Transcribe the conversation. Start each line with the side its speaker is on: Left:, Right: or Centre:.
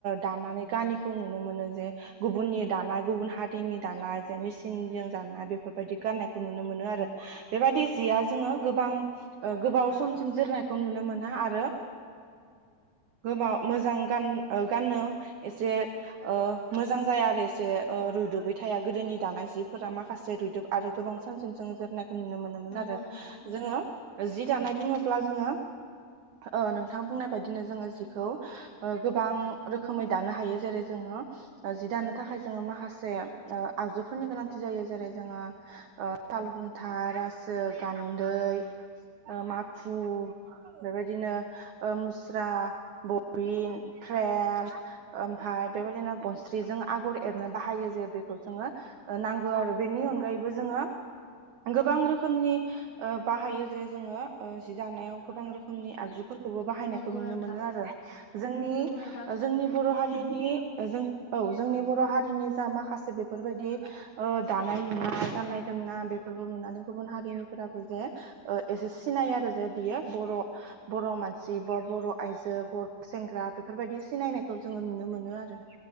Right: दानानै गानिखौ नुनो मोनो जे गुबुननि दानाय गुबुन हारिनि दानाय जे मिसिनजों दानाय बेफोरबायदि गाननायखौ नुनो मोनो आरो बेबायदि जिया जोंङो गोबां ओ गोबाव समसिम जोरनायखौ नुनो मोना आरो गोबाव मोजां गान -गाननो एसे ओ मोजां जाया आरो जे ओ रुदुबै थाया गोदोनि दानाय जिफोरा माखासे रुदुब आरो गोबां सानसिम जों जोरनाय खौ नुनो मोनोमोन
Left: नंगौ
Right: आरो
Left: नोंथां
Right: जोंङो जि दानाय बुङो ब्ला जोङो ओ नोंथाङा बुंनाय बायदिनो जोंङो जिखौ गोबां रोखोमै दानो हायो जेरै जोंङो जि दानो थाखाय जोंङो माखासे ओ आगजुफोरनि गोनांथि जायो जेरै जोंङो ओ साल हुन्था, रासो, गान्दै ओ माखु बेबायदिनो ओ मुस्रा, बबिन, फ्रेम ओमफाय बेबायदिनो गनस्रिजों आगर एरनो बाहायो जे बेखौ जोंङो नांगो आरो बेनि अन गायैबो जोंङो गोबां रोखोमनि ओ बाहायो जे जोंङो ओ जि दानायाव गोबां रोखोमनि आगजुफोरखौ खोबो बाहायनायखौ
Left: नंगौ
Right: नुनो
Left: नोंथां
Right: मोनो आरो जोंनि
Left: नंगौ नोंथां
Right: जोंनि बर' हारिनि जों औ जोंनि बर' हारिनि जा माखासे बेफोरबायदि ओ दानाय लुनाय गाननाय जोमना बेफोरखौ नुनानै गुबुन हारिनिफोराबो जे एसे सिनायो आरो जे बियो बर' बर' मानसि ब- बर' आइजो बर' सेंग्रा बेफोरबायदि सिनायनायखौ जोङो नुनो मोनो आरो